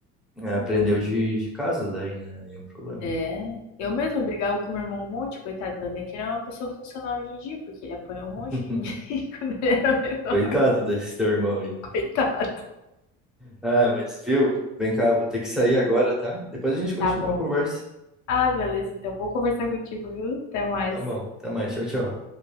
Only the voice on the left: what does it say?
Então,
é. Eu mesma brigava com meu irmão um monte, coitado, ainda bem que ele é uma pessoa funcional hoje em dia, porque ele apanhou um monte
de mim <laughs> quando ele era menor,
<laughs> coitado.
Tá bom.
Ah, beleza, então vou conversar contigo, viu? Até mais.